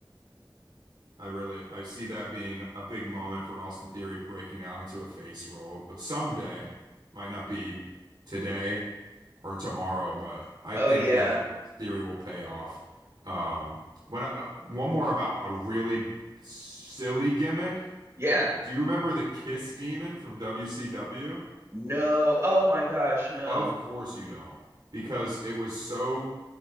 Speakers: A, on the right (about 65°); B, on the right (about 35°).
A: I really I see that being a big moment for Austin Theory breaking out into a face role someday. Might not be today, or tomorrow, but I
B: oh
A: think
B: yeah,
A: that theory will pay off. Um, when I, one more about a really silly gimmick.
B: yeah,
A: Do you remember the Kiss Demon from WCW?
B: no, oh my gosh, no,
A: Of course you don't, because it was so